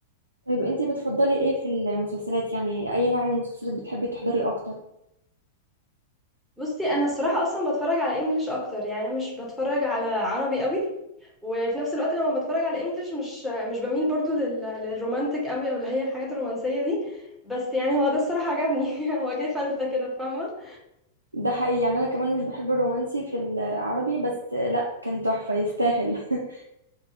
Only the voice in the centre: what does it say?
بصي انا الصراحه اصلا بتفرج على انجليش اكتر يعني انا مش بتفرج على عربي قوي وفي نفس الوقت لما بتفرج على انجليش مش مش بميل برضو لل... للرومانتك قوي او اللي هي الحاجات الرومانسيه دي بس يعني هو ده الصراحه عجبني <laughs> هو جه فلتة كده فاهمه